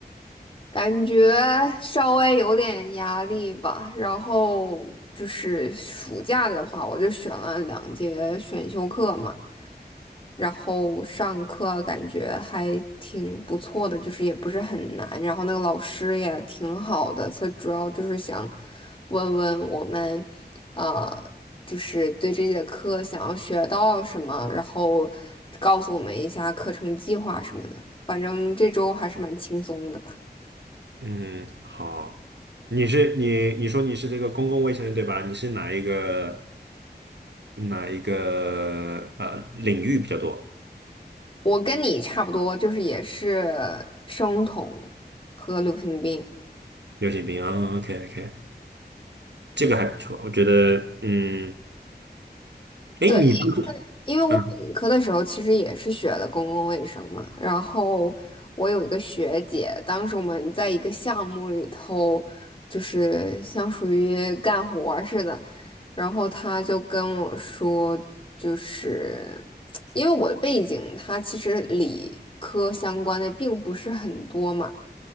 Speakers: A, on the left; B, on the right.
A: 感觉稍微有点压力吧。然后就是暑假的话，我就选了两节选修课嘛。然后上课啊感觉还挺不错的，就是也不是很难，然后那个老师也挺好的，他主要就是想问问我们，呃，就是对这节课想要学到什么，然后告诉我们一下课程计划什么的。反正这周还是蛮轻松的吧。
B: 嗯，好，你是你你说你是这个公共卫生对吧？你是哪一个哪一个呃领域比较多？
A: 我跟你差不多，就是也是生酮和流行病。
B: 流行病啊，OK OK，这个还不错，我觉得，嗯，哎，
A: 对，
B: 你当初
A: 因为我本科的时候其实也是学的公共卫生嘛，
B: 嗯，
A: 然后我有一个学姐，当时我们在一个项目里头，就是像属于干活儿似的，然后他就跟我说，就是因为我的背景，它其实理科相关的并不是很多嘛。